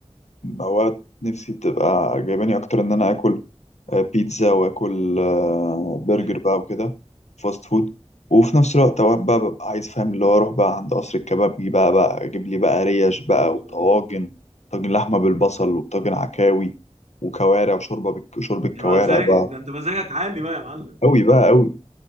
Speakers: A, on the left (about 80°); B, on the right (about 90°).
A: أوقات نفسي بتبقى جايباني أكتر إن أنا آكل آه، بيتزا وآكل آه، برجر
B: ايوه
A: بقى وكده فاست فود وفي نفس الوقت أوقات بقى ببقى عايز فاهم اللي هو أروح بقى عند قصر الكبابجي بقى بقى أجيب لي بقى ريش بقى
B: ايوه
A: وطواجن
B: ايوه
A: طاجن لحمة بالبصل
B: ايوه
A: وطاجن عكاوي وكوارع وشوربة بالك- شوربة كوارع
B: يا مزاجك
A: بقى
B: ده انت مزاجك عالي بقى يا معلم
A: أوي بقى أوي